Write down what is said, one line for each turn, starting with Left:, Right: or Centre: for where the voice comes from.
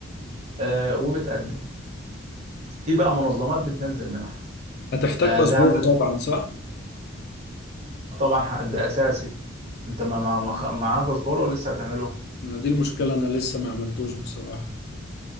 Right: آه وبتقدم في بقى منظمات بتنزل منح
Left: هتحتاج
Right: آه
Left: باسبور
Right: زي عندك
Left: طبعا صح
Right: طبعا حق- ده اساسي انت ما ما- ما
Left: مم.
Right: خ- معاك اصباره ولسه هتعمله
Left: ما دي المشكله انا لسه ما عملتوش بصراحه